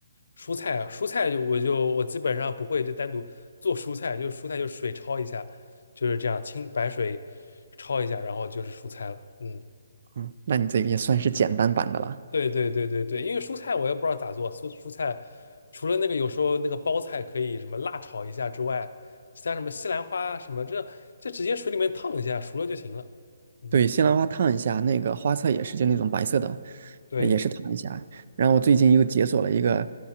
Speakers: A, on the left; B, on the right.
A: 蔬菜啊，蔬菜就我就我基本上不会就单独做蔬菜，就蔬菜就水焯一下，就是这样清白水焯一下，然后就是蔬菜了。嗯。
B: 嗯，那你这个也算是简单版的了。
A: 对对对对对，因为蔬菜我也不知道咋做，蔬蔬菜除了那个有时候那个包菜可以什么辣炒一下之外，其他什么西兰花啊什么这这直接水里面烫一下熟了就行了。嗯，
B: 对，西兰花烫一下，那个花菜也是就那种白色的，
A: 对，
B: 呃也是烫一下。然后我最近又解锁了一个